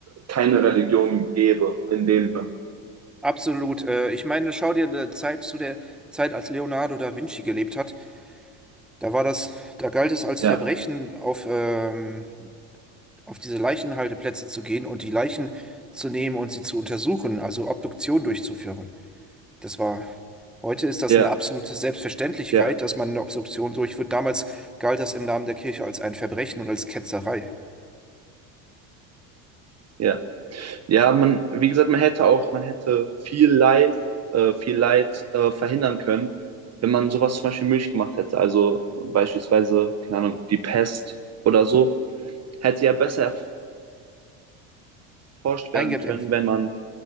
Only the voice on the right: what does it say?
keine Religion gäbe in dem.
Ja,
ja,
ja,
ja. Ja, man, wie gesagt, man hätte auch, man hätte viel Leid, äh, viel Leid äh, verhindern können, wenn man sowas zum Beispiel möglich gemacht hätte. Also äh, beispielsweise, keine Ahnung, die Pest oder so, hätte ja besser erforscht werden
können, wenn man,